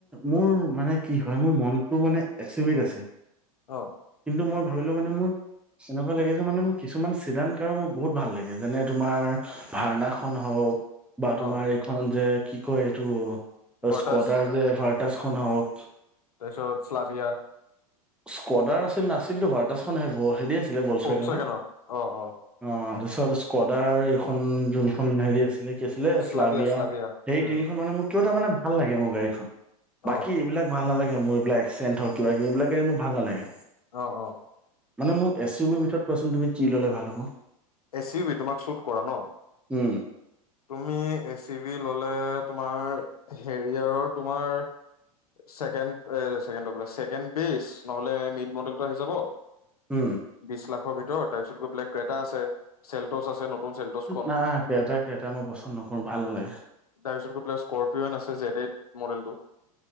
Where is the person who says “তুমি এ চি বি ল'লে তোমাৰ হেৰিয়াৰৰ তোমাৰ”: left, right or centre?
Left